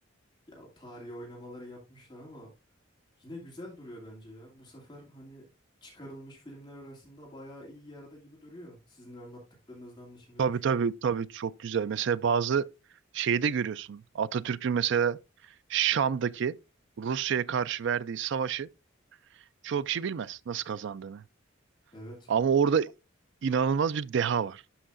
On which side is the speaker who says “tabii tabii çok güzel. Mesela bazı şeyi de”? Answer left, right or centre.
Right